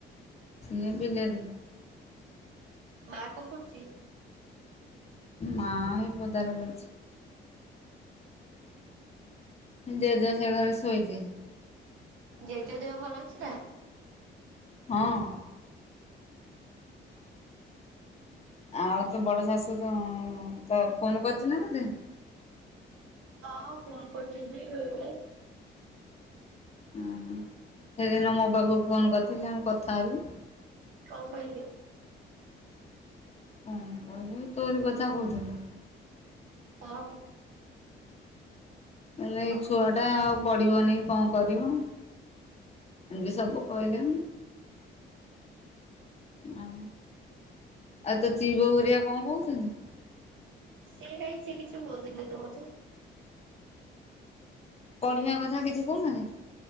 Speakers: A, on the left (about 30°); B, on the right (about 80°).
A: ସିଏ ବିିଲେରେ।
B: ମା କଣ କରୁଛି?
A: ମା ଏଇ ପଦାରେ ବଇଛି। ଯେଜ ସେ ଘରେ ଶୋଇଛି।
B: ଜେଜ ଦେହ ଭଲ ଅଛି ନା?
A: ହଁ। ଆଉ ତୋ ବଡ଼ ଶାଶୁ ତ ତ ଫୋନ କରୁଚି ନା ତତେ?
B: ହଁ ଫୋନ୍ କରୁଛନ୍ତି ବେଳେ ବେଳେ।
A: ଓହୋ ସେଦିନ ମୋ ପାଖକୁ ଫୋନ କରିଥିଲେ ଆମେ କଥା ହେଲୁ।
B: କଣ କହିଲେ?
A: କଣ କହିବେ ତୋରି କଥା କହୁଥିଲେ।
B: କଣ?
A: କହିଲେ
B: ହଁ।
A: ଏଇ ଛୁଆ ଟା ଆଉ ପଢ଼ିବନି କଣ କରିବ? ଏମତି ସବୁ କହିଲେ। ଆଉ ଆଉ ତୋ ଚି ବୋଉ ହେରିକା କଣ କହୁଛନ୍ତି?
B: ସେ କାଇ ସେକିଛି କୁହନ୍ତିନି ତ ମତେ।
A: ପଢ଼ିବା କଥା କିଛି କହୁନାହାନ୍ତି।